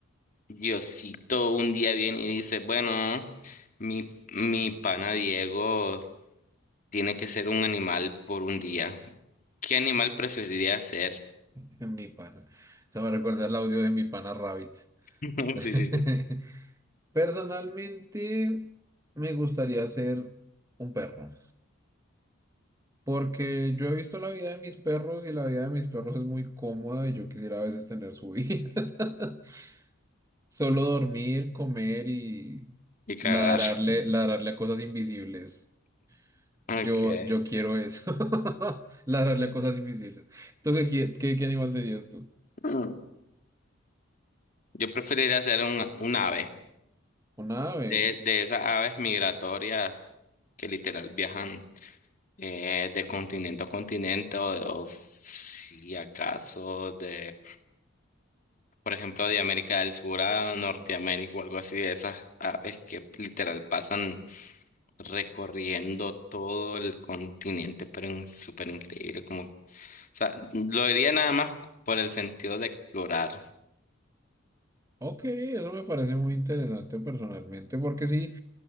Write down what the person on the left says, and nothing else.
Diosito un día viene y dice, bueno, mi, mi pana Diego tiene que ser un animal por un día. ¿Qué animal preferiría ser?
<laughs>
Sí, sí, sí.
Y cagar.
<laughs>
Okay.
Mm. Yo preferiría ser un, un ave.
De, de esas aves migratorias que literal viajan eh, de continente a continente o, de- o si acaso de, por ejemplo, de América del Sur a Norteamérica o algo así, de esas aves que literal pasan. recorriendo todo el continente, pero en- súper increíble. Como, o sea, lo diría nada más por el sentido de explorar